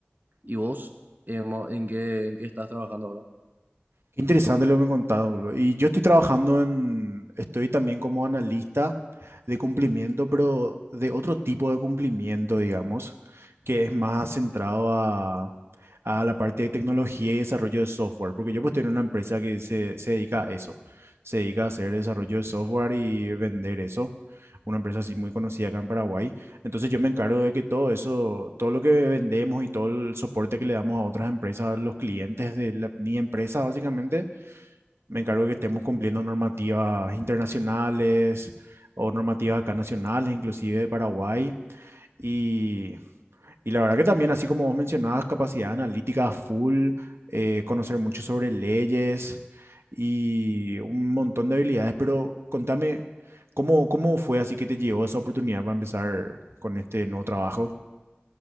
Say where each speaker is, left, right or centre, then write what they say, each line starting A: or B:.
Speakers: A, on the right (about 50°); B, on the right (about 85°).
A: ¿Y vos, Emma, en qué, en qué estás trabajando ahora?
B: Qué interesante lo que me contás, boludo. Y yo estoy trabajando en, estoy también como analista de cumplimiento, pero de otro tipo de cumplimiento, digamos, que es más centrado a, a la parte de tecnología y desarrollo de software, porque yo pues estoy en una empresa que se, se dedica a eso, se dedica a hacer desarrollo de software y vender eso, una empresa así muy conocida acá en Paraguay, entonces yo me encargo de que todo eso, todo lo que vendemos y todo el soporte que le damos a otras empresas, a los clientes de la- mi empresa básicamente, me encargo de que estemos cumpliendo normativas internacionales o normativas acá nacionales, inclusive de Paraguay. Y y la verdad que también, así como vos mencionabas, capacidad analítica full, eh, conocer mucho sobre leyes y un montón de habilidades, pero contame, ¿cómo, cómo fue así que te llegó esa oportunidad para empezar con este nuevo trabajo?